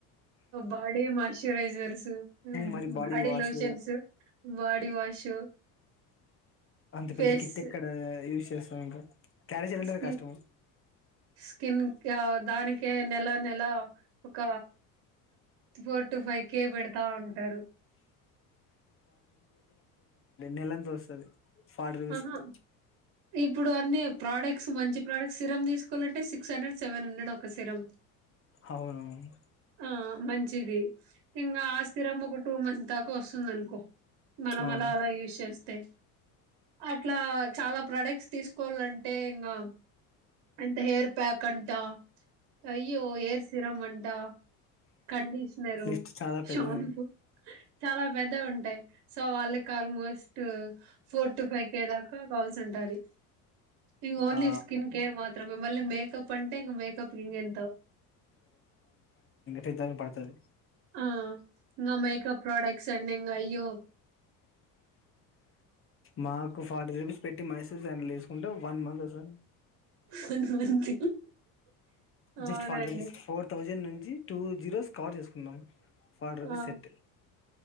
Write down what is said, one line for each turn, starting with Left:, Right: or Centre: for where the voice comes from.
Right: బాడీ మాయిశ్చరైజర్స్,
Left: మరి
Right: body
Left: wash
Right: lotions body wash,
Left: అంత పెద్ద
Right: ఫేస్
Left: కిట్ ఎక్కడ యూజ్ చేస్తాం ఇంకా క్యారీ చేయాలంటేనే
Right: స్కిన్,
Left: కష్టం
Right: స్కిన్ కా దానిక్ కే నెలా నెలా ఒక ఫోర్ టు ఫైవ్ కే పెడతా ఉంటరు.
Left: నెలంత వస్తది ఫార్టీ రూపీస్
Right: ఆహా
Left: కి.
Right: ఇప్పుడు అన్నీ ప్రొడక్ట్స్ మంచి ప్రొడక్ట్స్ సిరమ్ తీసుకోవాలంటే six hundred, seven hundred ఒక సిరం.
Left: అవునవును
Right: ఆ మంచిది. ఇంగా ఆ సిరం ఒక టూ మంత్స్ దాకా వస్తుంది అనుకో మనం
Left: అవును
Right: అలా అలా యూస్ చేస్తే అ ఇట్లా చాలా ప్రాడక్ట్స్ తీసుకోవాలంటే ఇంగా అంటే హెయిర్ ప్యాక్ అంట, అయ్యో హెయిర్ సిరమ్ అంట కండిష్ నరు,
Left: లిస్ట్ చాలా పెద్దది
Right: షాంపు చాలా పెద్దగ ఉంటాయి. సో వాళ్ళకి almost four to five K దాకా కావాల్సి ఉంటాది. ఇవి ఓన్లీ
Left: ఆ
Right: స్కిన్ కేర్ మాత్రమే మళ్ళీ మేకప్ అంటే ఇంక మేకప్ కి ఇంకెంతో.
Left: పెద్దగనే పడుతది.
Right: ఆ ఇంగ మేకప్ ప్రొడక్ట్స్ అండింగ అయ్యో
Left: మాకు ఫార్టీ రూపీస్ పెట్టి మైసూర్ సాండెల్ తీసుకుంటే వన్ మంత్ వస్తదండి,
Right: వన్ మంత్ అవునండి.
Left: జస్ట్ ఫార్టీ రూపీస్ ఫోర్ తౌసండ్ నుం నుంచి టూ జీరోస్ కవర్ చేసుకుందాం. ఫార్టీ రూపీస్
Right: ఆ
Left: సెట్.